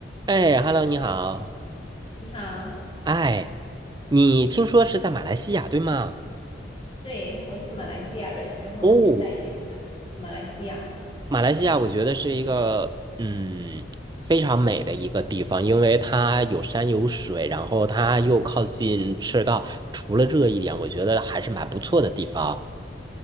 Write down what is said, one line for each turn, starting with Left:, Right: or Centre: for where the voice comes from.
Right: 哎，Hello，你好。
Left: 你好，
Right: 哎，你听说是在马来西亚，对吗？
Left: 对，我是马来西亚人，然后现在也在
Right: 哦，
Left: 马来西亚。
Right: 马来西亚我觉得是一个嗯非常美的一个地方，因为它有山有水，然后它又靠近赤道，除了这一点，我觉得还是蛮不错的地方。